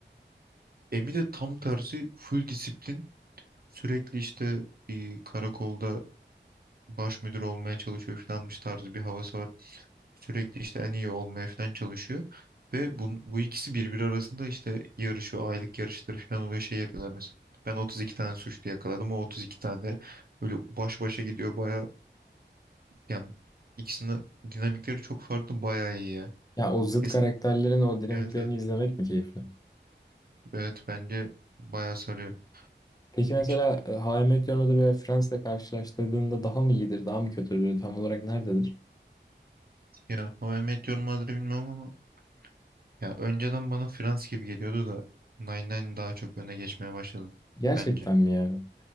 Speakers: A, on the right; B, on the left.
A: Emi de tam tersi full disiplin. Sürekli işte bir karakolda baş müdür olmaya çalışıyor falanmış tarzı bir havası var. Sürekli işte en iyi olmaya falan çalışıyor. Ve bu, bu ikisi birbiri arasında işte yarışıyor. Aylık yarışları falan oluyor. Şey yapıyorlar mesela. Ben 32 tane suçlu yakaladım. O 32 tane de böyle baş başa gidiyor. Baya yani ikisinin dinamikleri çok farklı. Baya iyi ya.
B: Ya o zıt
A: Kesin.
B: karakterlerin o dinamiklerini
A: Evet evet.
B: izlemek mi keyifli?
A: Evet bence baya sarıyor.
B: Peki mesela
A: Peki,
B: e, How I Met Your Mother veya Friends'le karşılaştırdığında daha mı iyidir, daha mı kötüdür, tam olarak nerededir?
A: Ya How I Met Your Mother'ı bilmem ama ya önceden bana Friends gibi geliyordu da Nine Nine daha çok öne geçmeye başladı
B: Gerçekten
A: bence.
B: mi ya?